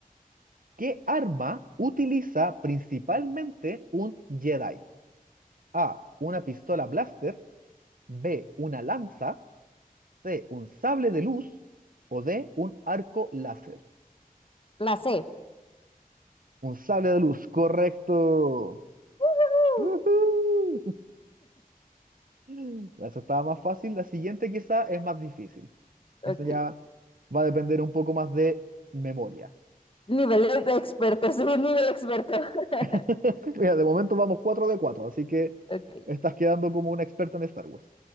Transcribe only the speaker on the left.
La C.
Ujú.
Ok.
Nivel de experto, subí nivel experto. <laughs>
Ok.